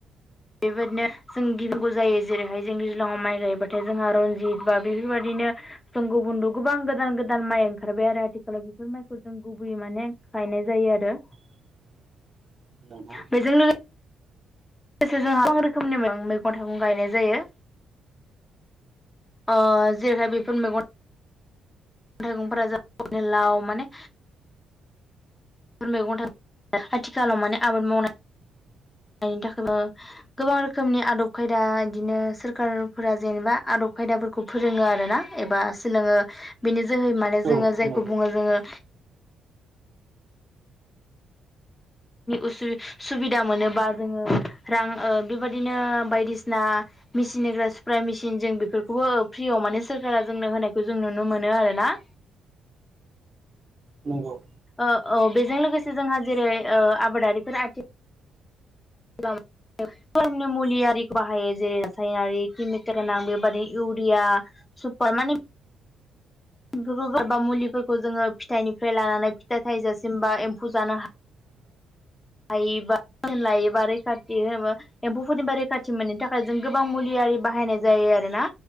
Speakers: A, on the left (about 15°); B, on the right (about 40°).
A: बेबायदिनो जों गिबिांगौ जायो। जेरैहाय जों दैज्लाङाव माइ गायबाथाय जोंहा रनजित बा बेफोरबायदि नो जों गुबन्द' गोबां गोदान गोदान माइ ओंखारबाय आरो। आथिखालाव बेफोर माइखौ जों गुबैयै माने गायनाय जायो आरो।
B: <inaudible> दङ।
A: बेजों लोगोसे जों गोबां रोखोमनि मैगं थाइगं गायनाय जायो। ओ जेरैहाय बेफोर मैगं थाइगंफोरा लाव माने बेफोर मैगं थाइगं आथिखालाव माने आबाद मावनाय
B: <inaudible>
A: थाखाय गोबां रोखोमनि आदब खायदा बिदिनो सोरखारफोरा जेनेबा आदब खायदा फोरोङो आरोना एबा सोलोङो बेनि जोहै माने
B: औ
A: जोङो जायखौ
B: नंगौ
A: बुङो जोङो उसु-सुबिदा मोनोबा जोङो रां ओ बेबदिनो बायदिसिना मेचिन होग्रा स्प्राय मेसिन जों बेफोरखौबो फ्रियाव माने सोरखारा जोंनो होनायखौ जों नुनो मोनो आरो ना।
B: <inaudible> नंगौ।
A: ओ औ बेजों लोगोसे जोंहा जेरै आबादारिफोर आथि <unintelligible> धोरोमनि मुलि आरिखौ बाहायो जेरै रासायनारि केमिकेल गोनां बेबादिनो इउरिया सुपार मानि गोबा गोबां मुलिफोरखौ जोङो फिथाइनिफ्राय लानानै फिथाइ थाइजासिम बा एम्फौ जानो हायो
B: <inaudible>
A: लायोबा लायोबा रैखाथि एम्फौफोरनिबा रैखाथि मोननि थाखाय जों गोबां मुलिया बाहायनाय जायो आरोना।